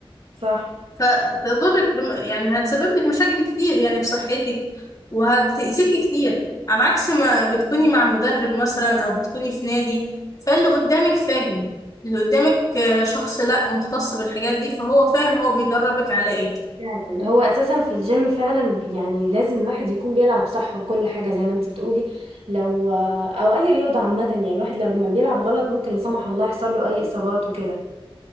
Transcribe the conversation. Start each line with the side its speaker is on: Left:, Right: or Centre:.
Right: صح
Left: فتضرك بم... يعني هتسبب لك مشاكل كتير يعني في صحتك وهتأذيكي كتير على عكس ما بتكوني مع مدرب مثلا أو بتكوني في نادي فاللي قدامك فاهم اللي قدامك آه، شخص لا مختص بالحاجات دي فهو فاهم هو بيدربك على ايه
Right: فعلا هو اساسا في الجيم فعلا يعني لازم الواحد يكون بيلعب صح وكل حاجه زي ما انت بتقولي لو او اي رياضه عامه يعني الواحد لو لما بيلعب غلط ممكن لا سمح الله يحصل له اي اصابات وكده